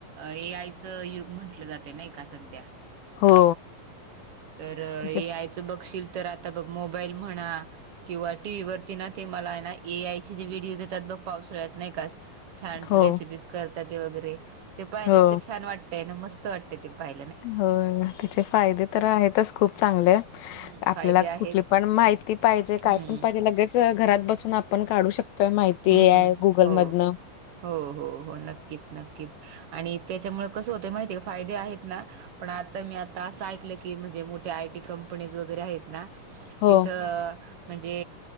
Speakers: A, on the right (about 55°); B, on the left (about 80°).
A: ए आयचं युग म्हंटलं जाते ना का सध्या.
B: हो.
A: तर
B: त्याचे
A: ए आयचं बघशील तर आता बघ मोबाईल म्हणा किंवा टी व्ही वरती ना ते मला ना ए आयचे जे व्हिडिओज येतात बघ पाऊसळत नाही का अ छान
B: हो
A: रेसिपीज करतात वगैरे ते पाहियलात
B: हो
A: तर छान वाटतय ना मस्त वाटतय ते पाहा
B: होय त्याचे फायदे तर आहेतच खूप चांगलं
A: हम्म
B: आपल्याला
A: फायदे आहेत
B: कुठली पण माहिती पाहिजे
A: हम्म
B: काय पण पाहिजे लगेच च घरात बसून आपण काढू शकतोय माहिती
A: हम्म
B: ए आय गुगलमधन.
A: हो हो हो हो नक्कीच नक्कीच आणि त्याच्यामुळे कसं होत माहिती का फायदे आहेत ना पण आता मी आता असं ऐकलं की म्हणजे मोठ्या आय टी कंपनीज वगैरे आहेत ना
B: हो
A: तिथ म्हणजे